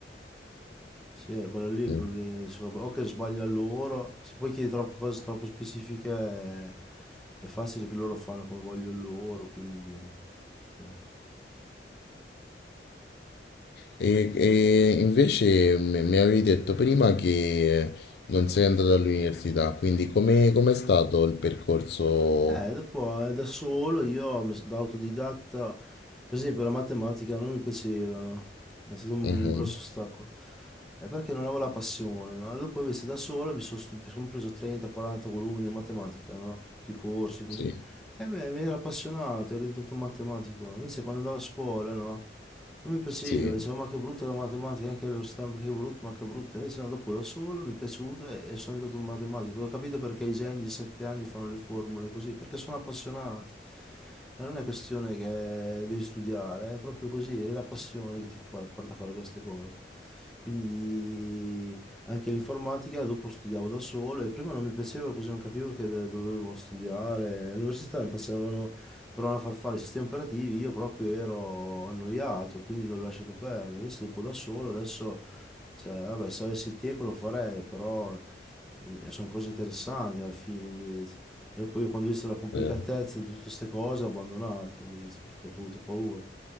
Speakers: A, in the centre; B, on the left.
A: Sì, è quello lì il
B: Mm.
A: problema. Solo- O che sbaglia loro, se poi chiedi troppe cose troppo specifiche, è, è facile che loro fanno come vogliono loro, quindi... sì.
B: E, e invece m- mi avevi detto prima che eh, non sei andato all'università, quindi come com'è stato il percorso?
A: Eh, dopo eh, da solo io mi s- da autodidatta, per esempio la matematica non mi piaceva, no? È stato un
B: Mhm,
A: grosso ostacolo. È perché non avevo la passione, no? E Dopo invece da solo mi sono preso 30-40 volumi di matematica, no? Tutti i corsi così.
B: Sì,
A: E mi, mi era appassionato, ero diventato un matematico. Invece quando andavo a scuola, no? Non mi piaceva,
B: sì.
A: dicevo ma che brutta la matematica, anche all'università, ma che brutta, ma che brutta. Invece no, dopo da solo mi è piaciuta e, e sono diventato un matematico. Ho capito perché i geni di 7 anni fanno le formule così, perché sono appassionati. E non è questione che devi studiare, è proprio così, è la passione che ti fa- porta a fare queste cose. Quindi anche l'informatica dopo studiavo da solo e prima non mi piaceva così non capivo che de- dovevo studiare. All'università mi facevano, mi provavano a far fare i sistemi operativi, io proprio ero annoiato, quindi l'ho lasciato perdere. Invece dopo da solo adesso, cioè, vabbè, se avessi il tempo lo farei, però eh, sono cose interessanti alla fine invece. E poi io quando ho visto la complicatezza
B: eh.
A: di tutte queste cose ho abbandonato invece perché ho avuto paura.